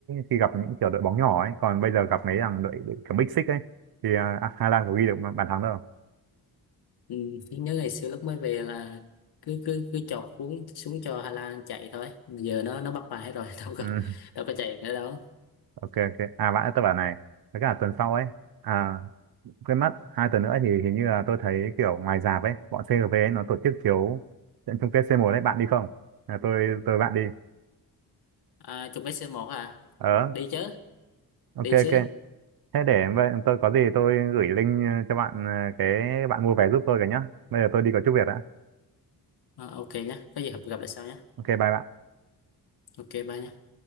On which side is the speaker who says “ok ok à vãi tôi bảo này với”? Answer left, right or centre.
Right